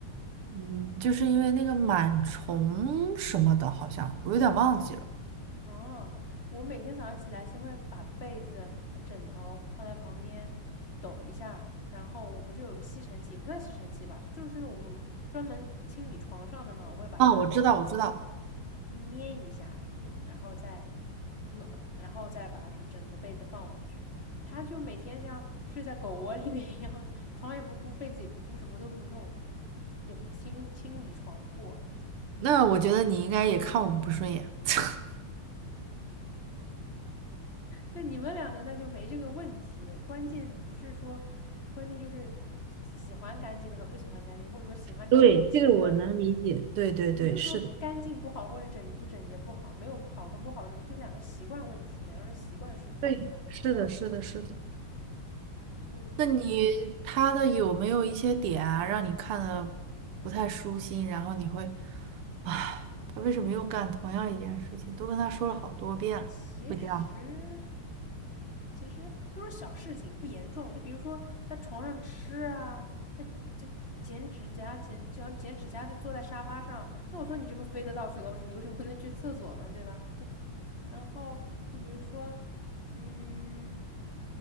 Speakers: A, on the right; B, on the left.
A: 嗯，就是因为那个螨虫什么的，好像我有点忘记了。
B: <laughs> 哦，我每天早上起来，先会把被子和枕头放在旁边抖一下，然后我不是有个吸尘器，也不算吸尘器吧，就是我们专门清理床上的嘛，我会把它
A: 哦，我知道，我知道。
B: 捏一下，弄，然后再弄，然后再把是枕头被子放回去。他就每天像睡在狗窝里面一样，床也不铺，被子也不铺，什么都不弄，也不清清理床铺。
A: 那我觉得你应该也看我们不顺眼。<laughs>
B: 那你们两个那就没这个问题，关键不是说，关键就是喜欢干净的和不喜欢干净，或者说喜欢整洁的，
A: 对，这个我能理解。对对对，
B: 不是说干净不好或者整不整洁不好，
A: 是的，
B: 没有不好跟不好这个，就是两个习惯问题，两个人习惯是不是一样？
A: 对，是的，是的，是的。
B: 所以说，
A: 那你他的有没有一些点啊，让你看的不太舒心，然后你会，唉，他为什么又干同样一件事情？都跟他说了好多遍了，
B: 其实
A: 会这样吗
B: 其实都是小事情，不严重。就比如说在床上吃啊，那这剪指甲、剪脚、剪指甲，就坐在沙发上。那我说你这不飞的到处都是，你为什么不能去厕所呢？对吧？那然后就比如说，嗯。